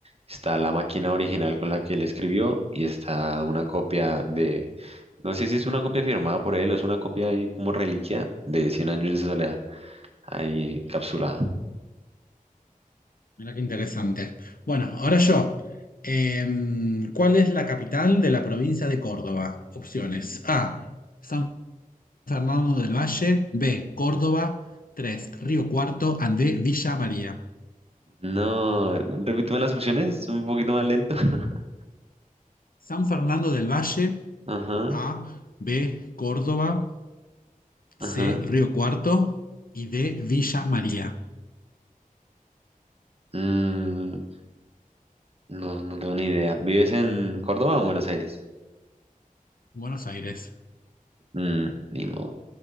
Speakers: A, on the right (about 45°); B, on the left (about 75°).
A: está la máquina original con la que él escribió y está una copia de, no sé si es una copia firmada por él o es una copia ahí como reliquia de cien años de soledad, ahí encapsulada.
B: Mirá qué interesante. Bueno, ahora yo. Eh, ¿cuál es la capital de la provincia de Córdoba? Opciones. A. San Fernando del Valle. B. Córdoba. 3. Río Cuarto. Andé, Villa María.
A: No, er, repíteme las opciones, es un poquito más lento. <laughs>
B: San Fernando del Valle,
A: Ajá,
B: A, B, Córdoba, C,
A: ajá.
B: Río Cuarto y D, Villa María,
A: Mm, no, no tengo ni idea. ¿Vives en Córdoba o en Buenos Aires?
B: Buenos Aires.
A: Mm, ni modo.